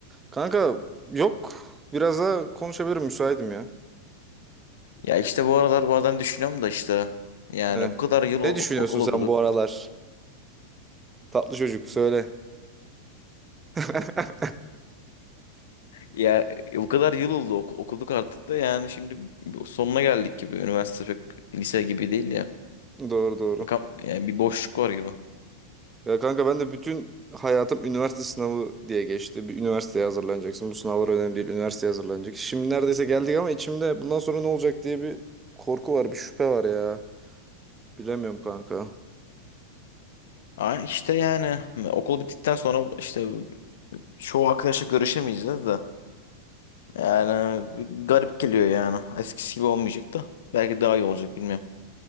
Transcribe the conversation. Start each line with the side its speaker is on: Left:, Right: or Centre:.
Right: Kanka yok. Biraz daha konuşabilirim müsaitim ya.
Left: Ya işte bu aralar bazen düşünüyorum da işte yani
Right: Eh.
Left: bu kadar yıl o-
Right: Ne düşünüyorsun
Left: okul
Right: sen
Left: okuduk.
Right: bu aralar? Tatlı çocuk söyle. <laughs>
Left: Ya bu kadar yıl oldu oku- okuduk artık da yani şimdi sonuna geldik gibi. Üniversite pek lise gibi değil ya.
Right: Doğru doğru.
Left: Bakalım yani bir boşluk var gibi.
Right: Ya kanka ben de bütün hayatım üniversite sınavı diye geçti. Bir üniversiteye hazırlanacaksın. Bu sınavlar önemli değil. Üniversiteye hazırlanacak. Şimdi neredeyse geldik ama içimde bundan sonra ne olacak diye bir korku var, bir şüphe var ya. Bilemiyorum kanka.
Left: Ay işte yani okul bittikten sonra işte Çoğu arkadaşla görüşemeyeceğiz de. Yani garip geliyor yani. Eskisi gibi olmayacak da. Belki daha iyi olacak bilmiyorum.